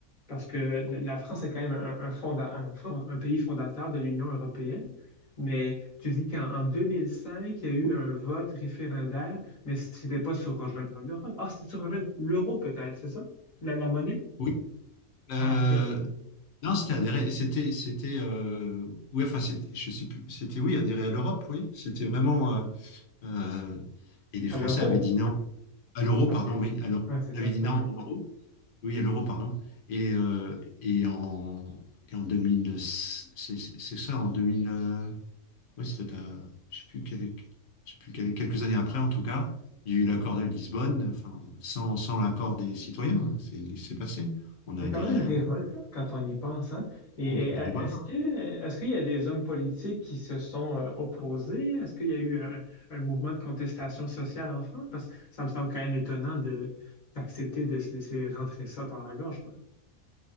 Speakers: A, on the left; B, on the left.
A: parce que la la France est quand même un, un, fonda- un fond- un pays fondateur de l'Union européenne. Mais tu dis qu'en en 2005, il y a eu un vote référendaire, mais c'était pas sur rejoindre l'Europe. Ah, c'était sur rejoindre l'euro peut-être, c'est ça? La, la monnaie?
B: oui. euh,
A: Ah, ok, ok.
B: non, c'était adhérer. C'était, c'était, euh, oui, enfin, c'était- je sais plus. C'était oui, adhérer à l'Europe, oui. C'était vraiment. euh, euh, et les Français
A: À l'euro,
B: avaient dit non. À l'euro,
A: parce
B: pardon,
A: que.
B: oui. À l'euro.
A: Ah, c'est
B: Ils
A: ça,
B: avaient dit non
A: ok.
B: à l'euro. Oui, à l'euro, pardon. Et, euh, et, en, et en 2000, c'est c'est- c'est ça, en 2000, euh, ouais, c'était, euh, je sais plus, quel- je sais plus quel- quelques années après, en tout cas, il y a eu l'accord de Lisbonne, enfin, sans, sans l'accord des citoyens, hein, c'est c'est passé. On a
A: C'est
B: adhéré
A: quand même
B: à
A: révoltant
B: l'euro.
A: quand on y pense, hein? Et
B: Ah,
A: et,
B: c'est
A: euh,
B: révoltant.
A: est-ce que est-ce qu'il y a des hommes politiques qui se sont euh, opposés? Est-ce qu'il y a eu un, un mouvement de contestation sociale en France? Parce que ça me semble quand même étonnant de d'accepter de se laisser rentrer ça par la gorge, quoi.